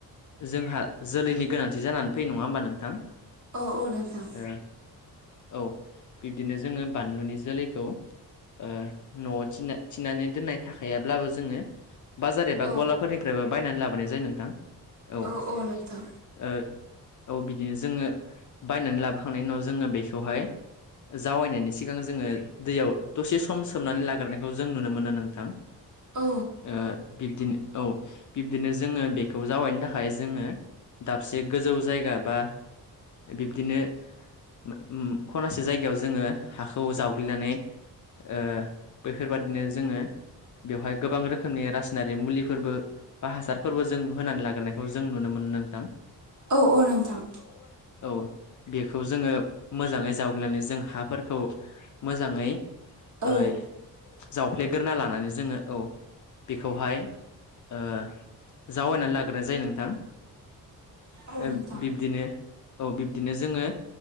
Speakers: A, on the left (about 50°); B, on the right (about 45°).
A: जोंहा जोलैनि गोनांथि जानानै फैयो नङा होमबा नोंथां?
B: अ अ नोंथां।
A: ओ औ बिब्दिनो जोङो बानलुनि जोलैखौ ओ न'आव थिना थिनानै दोननाय थाखायाब्लाबो जोङो बाजार एबा
B: औ
A: गलाफोरनिफ्रायबो बायनानै लाबोनाय जायो नोंथां। औ।
B: औ नोंथां
A: औ बिदिनो जोङो बायनानै लाबोखांनायनि उनाव जोङो बेखौहाय जावायनायनि सिगां जोङो दैयाव दसे सम सोमनानै लाग्रोननायखौ जों नुनो मोनो नोंथां।
B: औ
A: ओ बिबदिनो औ बिब्दिनो जोङो बेखौ जावायनो थाखाय जोङो दाबसे गोजौ जायगा बा बिब्दिनो उम उम खनासे जायगायाव जोङो हाखौ जावग्लिनानै ओ बैफोरबादिनो जोङो बेवहाय गोबां रोखोमनि रासायनारि मुलिफोरबो बा हासारफोरबो जों होनानै लाग्रोनायखौ जों नुनो मो नोंथां।
B: औ औ नोंथां।
A: ओ औ बेखौ जोङो मोजाङै जावग्लिनानै जों हाफोरखौ मोजाङै
B: औ
A: ओइ जावफ्लेगोरना लानानै जोङो औ बेखौहाय ओ जावायनानै लाग्रोनाय जायो नोंथां
B: औ
A: ओ
B: नोंथां
A: बिब्दिनो बिबदिनो जोङो